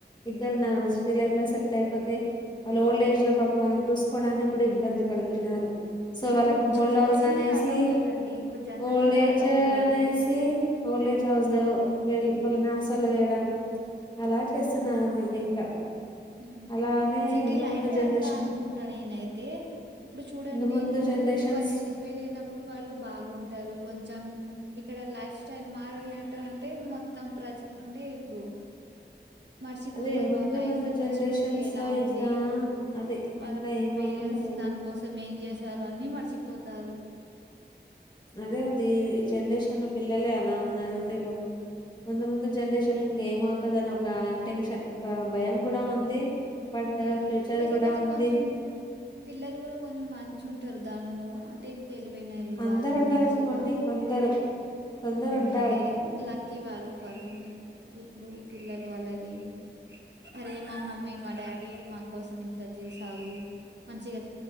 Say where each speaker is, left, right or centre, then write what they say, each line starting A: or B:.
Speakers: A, on the left; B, on the right.
A: ఇద్దరున్నా లైఫ్ లో సెటిల్ అయిపో మ్మ్ హ్ వాళ్ళు ఓల్డ్ ఏజ్ లో పాపం మనం చూసుకోవడానికి కూడా ఇబ్బంది పడుతున్నారు సో
B: ఇప్పుడు
A: వాళ్ళకు ఓల్డ్
B: జనరేషనే
A: హౌస్ అనేసి
B: అలా ఉన్నదండి ఇప్పుడు జనరేషనే
A: ఓల్డ్ఏజ్
B: అలా ఉన్నది
A: అనేసి ఓల్డేజ్ హౌస్ లో వీళ్లందరిని అసలు వేయడం అలా చేస్తున్నారన్నట్టు ఇంకా
B: మ్మ్ హ్
A: అలానే
B: సిటీ
A: ముందు
B: లైఫే
A: ముందు జనరేషన్
B: అట్లా అనుకుంటా నేనైతే ఇప్పుడు చూడండి
A: ముందు ముందు
B: ఇప్పుడు
A: జనరేషన్స్
B: వాళ్ళు వెళ్లినప్పుడు వాళ్ళు బాగుంటారు కొంచెం ఇక్కడ లైఫ్ స్టైల్ మారలంటే అంటే మొత్తం ప్రజలు అంటే ఇప్పుడు మర్చిపోతారు
A: అదే ముందు
B: వాళ్ళ లైఫ్
A: ముందు
B: ఫస్ట్
A: జనరేషన్స్
B: నుంచి ఎలా
A: లో
B: ఉండే
A: ఇంకా అదే
B: వాళ్ళ
A: ఇంకా ఏమవుతుందో
B: పేరెంట్స్
A: ఏమో
B: దాని కోసం ఏం చేశారు అన్ని మర్చి పోతారు
A: అదేందీ ఈ జనరేషన్ పిల్లలే అలా ఉన్నారండి ముందు ముందు జనరేషన్ ఇంక ఏమవుతదో అని ఒక ఇంటెన్షన్ ఒక భయం కూడా ఉంది బట్
B: మ్మ్
A: ఫ్యూచర్
B: లేకపోతే
A: కూడా ఉంది
B: కొంచెం పిల్లలు కూడా కొంచెం మంచి ఉం ఉంటారు దాన్లో అంటే తెలివైనోళ్లు
A: అందరు
B: వాళ్ళు
A: ఉండారనుకోండి
B: మంచిగా
A: కొందరు కొందరు
B: మ్మ్
A: ఉంటారు
B: అదే
A: పాపం
B: లక్కీ వాళ్ళు వాళ్ళు ఉంటారు ఇప్పుడు పిల్లలు వాళ్లది మరే మా మమ్మీ మా డాడీ మా కోసం ఇంత చేసారు మంచిగా